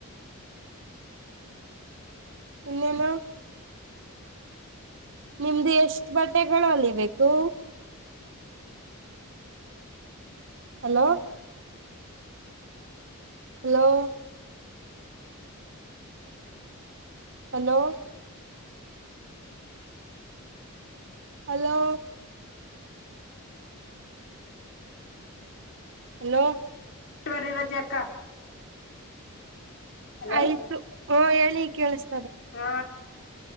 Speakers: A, on the right; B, on the left.
A: ಇನ್ನೇನು. ನಿಮ್ದು ಎಷ್ಟ್ ಬಟ್ಟೆಗಳು ಅಲಿಬೇಕು. Hello. Hello. Hello. Hello. Hello.
B: ಬರಿ ರಜೆ ಅಕ್ಕ. ಹಲೋ
A: ಆಯ್ತು ಓ ಹೇಳಿ ಕೇಳಸ್
B: ಹಾ.